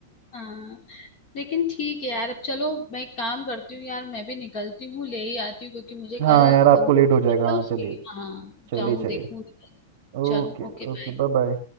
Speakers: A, on the left; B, on the right.
A: हाँ लेकिन ठीक है यार अब चलो मैं एक काम करती हूँ यार मैं भी निकलती हूँ ले ही आती हूँ क्योंकि मुझे
B: हाँ
A: कल
B: यार आपको
A: अ,
B: लेट हो जाएगा
A: तो
B: हाँ
A: उसकी
B: चलिए
A: हाँ
B: चलिए
A: जाऊँ
B: चलिए
A: देखूँ
B: ओके
A: चलो ओके बाय
B: Okay bye बाय